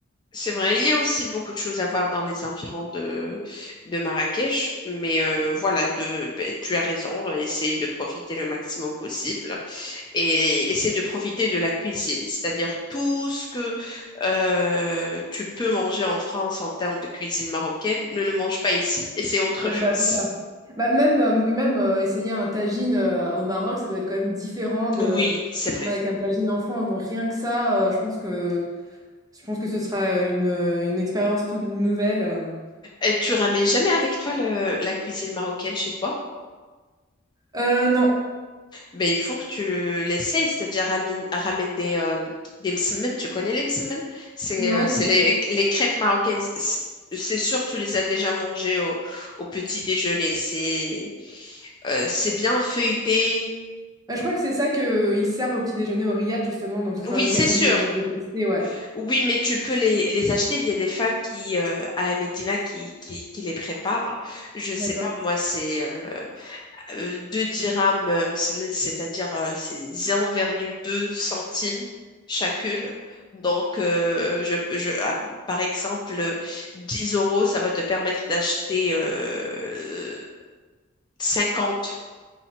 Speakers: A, on the left (about 20°); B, on the right (about 20°).
A: C'est vrai, il y a aussi beaucoup de choses à voir dans les environs de, de Marrakech, mais euh, voilà, de, ben, tu as raison, essayer de profiter le maximum possible et essayer de profiter de la cuisine, c'est-à-dire tout ce que euh, tu peux manger en France en termes de cuisine marocaine, ne le mange pas ici, et c'est autre
B: Ouais,
A: chose.
B: bah, c'est ça. Bah, même euh, même euh, essayer un tagine euh, au Maroc, ça doit être quand même différent de
A: Oui, c'est vrai.
B: avec un tagine en France. Donc rien que ça, euh, je pense que je pense que ce sera une, euh, une expérience toute nouvelle. euh.
A: Et tu ramènes jamais avec toi le- la cuisine marocaine chez toi?
B: Euh, non,
A: Mais il faut que tu l'essayes, c'est-à-dire ramène, ramène des, euh, des msemen. Tu connais les msemen? C'est
B: non,
A: euh, c'est
B: c'est quoi?
A: les, les crêpes marocaines. C'est c'est sûr, tu les as déjà mangées au, au petit déjeuner. C'est euh, c'est bien feuilleté.
B: Bah, je crois que c'est ça que euh, ils servent au petit déjeuner au Riad justement. Donc ce sera
A: Oui,
B: l'occasion
A: c'est sûr.
B: de, de tester. Ouais,
A: Oui, mais tu peux les, les acheter. Il y a des femmes qui, euh, à la Médina qui, qui, qui les préparent. Je sais
B: d'accord.
A: pas, moi, c'est. euh, euh, 2 dirhams, euh, c'est- c'est-à-dire euh, c'est 0,2 centimes chacune. Donc, euh, je, je- à- par exemple, euh, 10 euros, ça va te permettre d'acheter euh, 50.